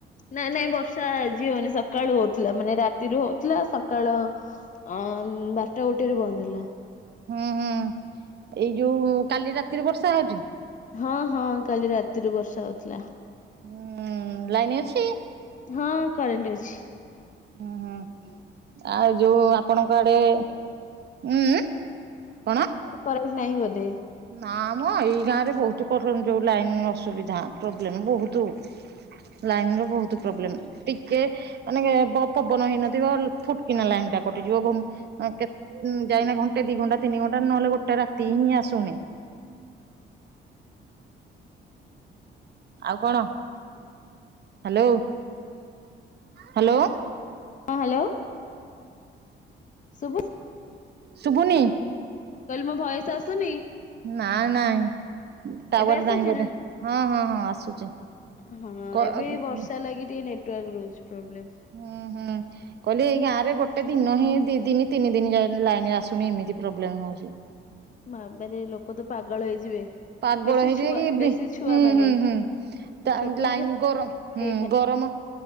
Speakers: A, on the left; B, on the right.
A: ନାଇଁ ନାଇଁ ବର୍ଷା ଆଜି ହଉନି ସକାଳୁ ହଉଥିଲା ମାନେ ରାତିରୁ ହଉଥିଲା ସକାଳ ଅ ବାରଟା ଗୋଟେ ରେ ବନ୍ଦ ହେଲା।
B: ହୁଁ ହୁଁ। ଏଇ ଯୋଉ କାଲି ରାତିରେ ବର୍ଷା ହଉଛି?
A: ହଁ ହଁ କାଲି ରାତିରୁ ବର୍ଷା ହଉଥିଲା।
B: ହୁଁ ଲାଇନ ଅଛି?
A: ହଁ କରେଣ୍ଟ ଅଛି।
B: ହୁଁ ହୁ। ଆଉ ଯୋଉ ଆପଣଙ୍କ ଆଡେ ଉଁ ଉଁ କଣ?
A: କରେଜ ନାହି ବଧେ?
B: ନା ମ ଏଇ ଗାଁ ରେ ବହୁତ କରେଣ୍ଟ ଯୋଉ ଲାଇନ ଅସୁବିଧା ପ୍ରୋବ୍ଲେମ ବହୁତ। ଲାଇନ ର ବହୁତ ପ୍ରୋବ୍ଲେମ ଟିକେ ମାନେ କେ ପ ପବନ ହେଇନଥିବ ଫୁଟକିନା ଲାଇନ୍ ଟା କଟିଯିବ <unintelligible> ଅଁ କେତ ଉଁ ଯାଇନା ଘଣ୍ଟେ ଦି ଘଣ୍ଟା ତିନି ଘଣ୍ଟା ନହେଲେ ଗୋଟେ ରାତି ହିଁ ଆସୁନି। ଆଉ କଣ? Hello, hello.
A: ହଁ ହ୍ୟାଲୋ ଶୁଭୁଚ
B: ଶୁଭୁନି।
A: କହିଲି ମୋ ଭଏସ ଆସୁନି?
B: ନାଇ ନାଇଁ ଟାୱାର
A: ଏବେ ଆସୁଛି
B: ନାହିଁ ବୋଧେ।
A: ନା?
B: ହଁ ହଁ ହଁ ଆସୁଛି।
A: ହଁ
B: ହୁଁ
A: ଏବେ ବର୍ଷା ଲାଗି ଟିକେ ନେଟୱାର୍କ ରହୁଛି ପ୍ରୋବ୍ଲେମ।
B: ହୁଁ ହୁଁ କହିଲି ଏଇ ଗାଁ ରେ ଗୋଟେ ଦିନ ହିଁ ଦି ଦିନ ତିନି ଦିନ ଯାଇ ଲାଇନ ଆସୁନି ଏମିତି। ପ୍ରୋବ୍ଲେମ ହଉଛି।
A: ମ ମାନେ ଲୋକ ତ ପାଗଳ ହେଇଯିବେ।
B: ପାଗଳ
A: ବେଶୀ
B: ହେଇଯିବେ
A: ଛୁଆ
B: କି ବି,
A: ବେଶୀ ଛୁଆ
B: ହୁଁ
A: ମାନେ।
B: ହୁଁ ହୁଁ। ତା
A: ଛୋଟ
B: ଲାଇନ
A: ଛୁଆ
B: ଗରମ ହୁଁ
A: ଦେଇ
B: ଗରମ